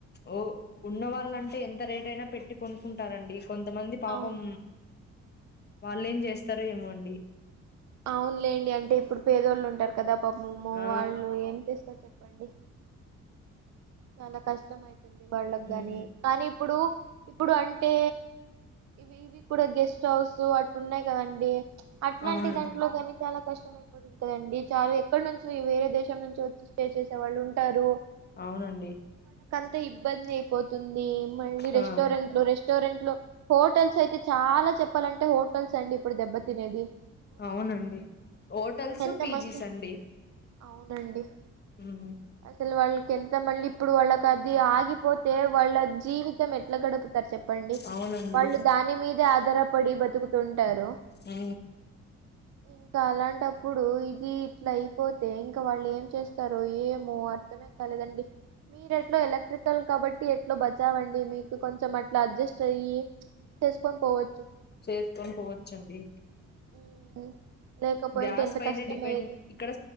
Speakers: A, on the left; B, on the right.
A: ఓ ఉన్న వాళ్ళంటే ఎంత రేట్ అయినా పెట్టి కొనుకుంటారండి కొంతమంది పాపం
B: అవును
A: వాళ్ళేం చేస్తారు ఏమో అండి
B: అవునులేండి అంటే ఇప్పుడు పేదోళ్ళు ఉంటారు కదా పాపము
A: ఆ
B: వాళ్ళు ఏం చెస్తారు చెప్పండి చాలా కష్టం ఐతుంది వాళ్ళకు
A: హ్మ్.
B: గాని కానీ ఇప్పుడు ఇప్పుడు అంటే ఇవి ఇవి కూడా గెస్ట్ హౌస్ అట్లు ఉన్నాయి కదండి డి అట్లాంటి
A: అవును
B: దాంట్లో కానీ చాలా కష్ట అయిపోతది కదండి చాలా ఎక్కడ నుంచో ఈ వేరే దేశం నుంచి వచ్చి స్టే చేసే వాళ్ళు ఉంటారు
A: అవునండి
B: అంత ఇబ్బంది అయిపోతుంది మళ్ళీ రెస్టారెంట్
A: ఆ
B: లు రెస్టారెంట్ లో హోటల్స్ అయితే చాలా చెప్పాలంటే హోటల్స్ అండి ఇప్పుడు దెబ్బ తినేది
A: అవునండి హోటల్స్
B: ఎంత
A: పీజీస్
B: మంచి
A: అండి
B: అవునండి
A: హ్మ్.
B: అసలు వాళ్ళకి ఎంత త మళ్ళీ ఇప్పుడు వాళ్ళకి అది ఆగిపోతే వాళ్ళ జీవితం ఎట్లా గడుపుతారు చెప్పండి
A: అవునండి
B: వాళ్ళు దాని మీదే ఆధారపడి బతుకుతుంటారు
A: ఊ
B: ని ఇంకా అలాంటప్పుడు ఇది ఇట్లా అయిపోతే ఇంకా వాళ్ళు ఏం చేస్తారు ఏమో అర్థమే కాలేదండి మీరుట్లా ఎలక్ట్రికల్ కాబట్టి ఎట్లా బచావండి మీకు కొంచెం అట్లా అడ్జస్ట్ అయ్యి చేసుకొని పోవచ్చు
A: చేసుకొని పోవచండి
B: ఉమ్, లేకపోయింటే
A: గ్యాస్
B: ఎంత
A: పైనే
B: కష్టం
A: డిపెండ్
B: అయ్యేది
A: ఇక్కడ